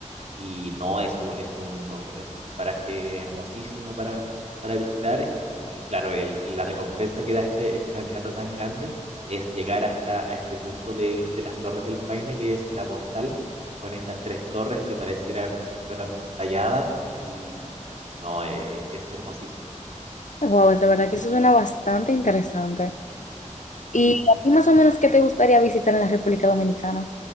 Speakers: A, on the right; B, on the left.
A: y no es, un- es un, es un paraje hermosísimo para, para visitar y claro, el, el- la recompensa que da este, esta caminata tan grande es llegar a, esta, a este punto de, de las Torres del Paine que es la postal con estas tres torres que parecieran que fueran talladas y... No, eh, es hermosísimo.
B: Wow, de verdad que eso suena bastante interesante.
A: Sí.
B: ¿Y a ti más o menos qué te gustaría visitar en la República Dominicana?